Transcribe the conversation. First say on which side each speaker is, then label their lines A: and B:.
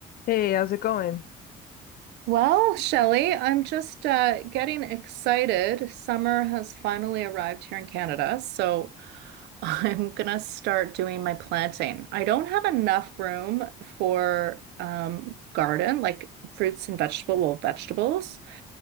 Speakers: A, on the left; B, on the right.
A: Hey, how's it going?
B: Well, Shelley, I'm just uh, getting excited. Summer has finally arrived here in Canada, so <laughs> I'm gonna start doing my planting. I don't have enough room for um, garden, like fruits and vegetable, well, vegetables.